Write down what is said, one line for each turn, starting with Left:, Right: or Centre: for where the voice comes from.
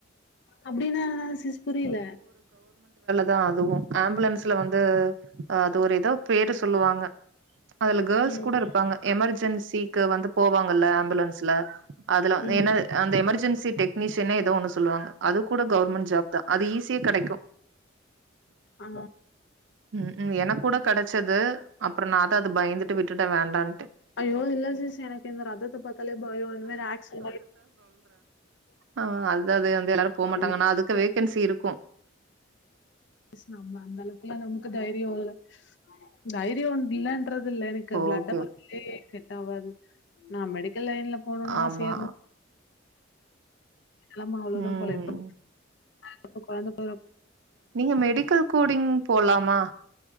Left: அப்டினானா சிஸ் புரில
Right: தா அதுவு ஆம்புலன்ஸ்ல வந்து அது ஒரு இதோ பேரு சொல்லுவாங்க அதுல கேர்ள்ஸ்
Left: ம்
Right: கூட இருப்பாங்க எமர்ஜென்சிக்கு வந்து போவாங்கல்ல ன்ச்சுல அதுல
Left: ம்
Right: என்ன அந்த எமெர்ஜென்சி டெக் னிஷியனா எதோ ஒன்னு சொல்லுவாங்க அது கூட கவ்ர்மெண்ட் ஜாப் தா அது ஈஸியா கெடைக்கு
Left: ஆ
Right: உம் உம் எனக் கூட கடச்சது அப் ப்ற நா தா அத பயந்துட்டு விட்டுட்டே வேண்டான்ட்டு
Left: ஐயோ இல்ல சிஸ் எனக்கு இந்த ரத்தத்த பாத் தாலே பய இந்த மாரி ஆக்சிடெண்ட் ஆயி
Right: ஆஹ் அதாதே எல்லாரு போ
Left: ஆயி
Right: மாட்டாங்க ஆனா அதுக்கு வே ஹென்சி இருக்கு
Left: மிஸ் நம்ல அந்த அளவுக்குல நமக்கு தைரியோ இல்ல தைரியோன் இல்லன் ன்றதுல்ல எனக்கு பிளண்ட
Right: ஓகே.
Left: <inaudible> செட் ஆவாது நாம்படுக் இல்ல இல்ல போணுன்னு
Right: ஆமா.
Left: ஆச எதுவு நம்ம அவ்ளோதா
Right: ம்.
Left: போல இப்ப நம்ம கொழந்தப்
Right: நீங்க மெடிக்கல் கோடிங் போலாமா